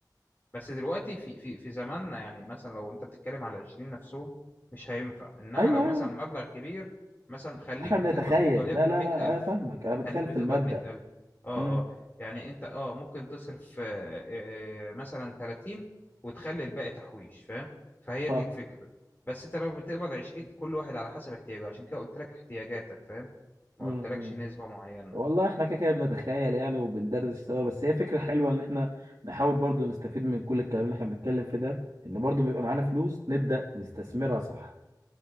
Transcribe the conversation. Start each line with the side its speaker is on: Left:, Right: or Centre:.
Left: بس دلوقتي في في في زماننا يعني مثلا لو انت بتتكلم على 20 نفسهم مش هينفع انما
Right: ايوه
Left: لو مثلا
Right: ايوه
Left: مبلغ كبير مثلا خليك
Right: احنا
Left: بتقبض
Right: بنتخيل
Left: وليكن
Right: لا لا
Left: 100000
Right: لا انا فاهمك انا بتخيل
Left: خليك بتقبض
Right: في المبدأ
Left: 100000 اه
Right: امم
Left: اه يعني انت اه ممكن تصرف آه، آه، مثلا 30 وتخلي الباقي تحويش فاهم فهي
Right: صح
Left: دي الفكرة بس انت لو بتقبض 20 كل واحد على حسب احتياجه عشان كده قلت لك احتياجاتك فاهم ما
Right: امم
Left: قلتلكش نسبة معينة
Right: والله احنا كده كده بنتخيل يعني وبندردش سوا بس هي فكره حلوه ان احنا نحاول برضو نستفيد من كل الكلام اللي احنا بنتكلم في ده ان برضو بيبقى معانا فلوس نبدأ نستثمرها صح